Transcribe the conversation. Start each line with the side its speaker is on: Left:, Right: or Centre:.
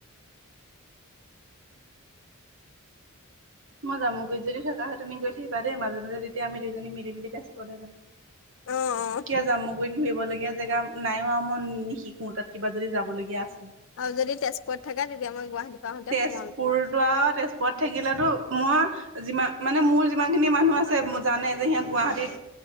Right: মই জামুগুৰিত যদি থকা হয় তুমি গৈ থাকিবা দেই মাজে মাজে তেতিয়া আমি দুজনী মিলি মিলি তেজপুৰলৈ যাম। <inaudible>
Left: অ', অ',
Right: কিয় জামুগুৰিত ঘূৰিবলগীয়া জেগা নাইও আৰু মই নিশিকোঁ তাত কিবা যদি যাবলগীয়া আছিল
Left: আৰু যদি তেজপুৰত থাকা তেতিয়া আমাৰ গুৱাহাটী পৰা আহোতে
Right: তেজপুৰতো
Left: সোমাম তোমাৰ
Right: আৰু তেজপুৰত থাকিলেতো মই যিমান, মানে মোৰ যিমান খিনি মানুহ আছে জানে যে সিহঁত গুৱাহাটীত